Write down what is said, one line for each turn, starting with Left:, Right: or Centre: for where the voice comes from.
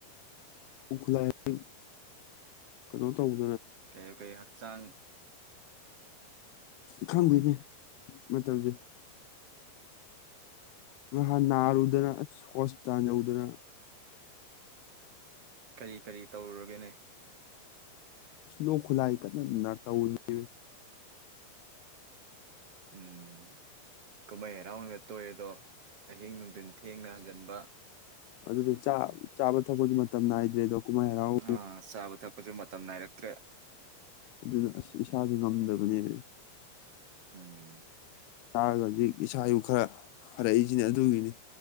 Left: ꯂ <unintelligible> ꯀꯩꯅꯣ ꯇꯧ
Right: ꯀꯩ ꯀꯩ ꯍꯛꯆꯥꯡ
Left: ꯈꯪꯗꯦꯅꯦ ꯃꯇꯝꯁꯦ ꯅꯥꯍꯥꯟ ꯅꯥꯔꯨꯗꯅ ꯑꯁ ꯍꯣꯁꯄꯤꯇꯥꯜ ꯌꯧꯗꯅ
Right: ꯀꯔꯤ ꯀꯔꯤ ꯇꯧꯔꯨꯔꯒꯦꯅꯦ
Left: ꯑꯁ ꯂꯣꯛ ꯈꯨꯂꯥꯏ ꯀꯟꯅ ꯅ ꯇꯧ <unintelligible> ꯅꯦꯃꯦ
Right: ꯎꯝ ꯀꯨꯃꯩ ꯍꯔꯥꯎꯅꯒ ꯇꯣꯏꯔꯦꯗꯣ ꯑꯍꯤꯡ ꯅꯨꯡꯊꯤꯟ ꯊꯦꯡꯅ ꯍꯟꯖꯟ ꯕ
Left: ꯑꯗꯨꯗ ꯆꯥ ꯆꯥꯕ ꯊꯛꯄꯒꯤ ꯃꯇꯝ ꯅꯥꯏꯗ꯭ꯔꯦꯗꯣ ꯀꯨꯝꯍꯩ ꯍꯔꯥꯎ
Right: ꯑꯥ ꯆꯥꯕ ꯊꯛꯄꯁꯨ ꯃꯇꯝ ꯅꯥꯏꯔꯛꯇ꯭ꯔꯦ
Left: ꯑꯗꯨꯅ ꯑꯁ ꯏꯁꯥꯥꯁꯦ ꯉꯝꯗꯕꯅꯦꯃꯦ
Right: ꯎꯝ
Left: ꯆꯥꯔꯒ ꯍꯧꯖꯤꯛ ꯏꯁꯥ ꯏꯎ ꯈꯔ ꯐꯔꯛꯏꯁꯤꯅꯦ ꯑꯗꯨꯒꯤꯅꯤ